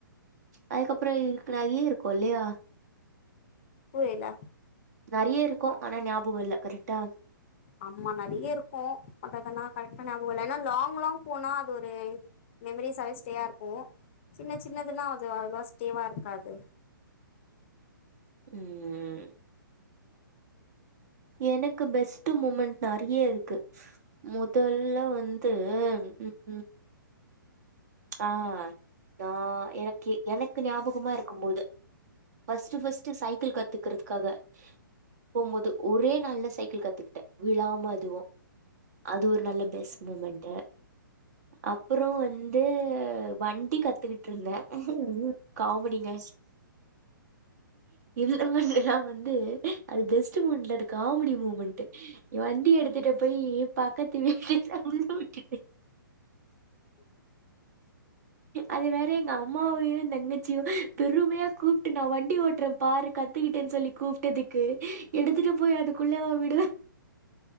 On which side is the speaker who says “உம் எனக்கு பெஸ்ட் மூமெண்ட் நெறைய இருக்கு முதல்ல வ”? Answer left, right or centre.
Right